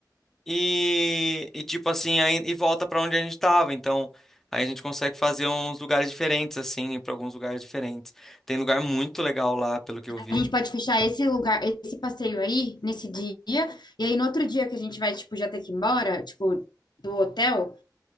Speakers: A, in the centre; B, on the left (about 75°).
A: E, e tipo assim, aí, e volta pra onde a gente tava. Então, aí a gente consegue fazer uns lugares diferentes, assim, ir pra alguns lugares diferentes. Tem lugar muito legal lá, pelo que eu vi.
B: A gente pode fechar esse lugar, esse passeio aí, nesse dia, e aí no outro dia que a gente vai, tipo, já ter que ir embora, tipo, do hotel,